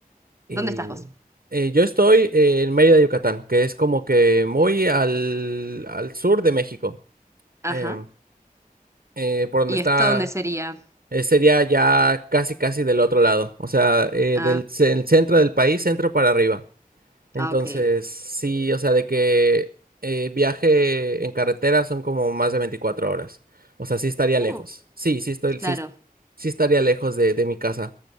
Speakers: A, on the right (about 70°); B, on the right (about 20°).
A: Y
B: ¿Dónde estás vos?
A: eh, yo estoy en Mérida, Yucatán, que es como que muy al, al sur de México,
B: Ajá.
A: em, eh, por donde
B: ¿Y
A: está...
B: esto dónde sería?
A: Eh, sería ya casi, casi del otro lado, o sea, eh,
B: Ah,
A: del ce- el centro del país, centro para arriba. Entonces,
B: ah, ok.
A: sí, o sea, de que eh, viaje en carretera son como más de 24 horas. O sea, sí estaría
B: Uh,
A: lejos. Sí, sí estoy,
B: Claro.
A: sí, sí estaría lejos de, de mi casa.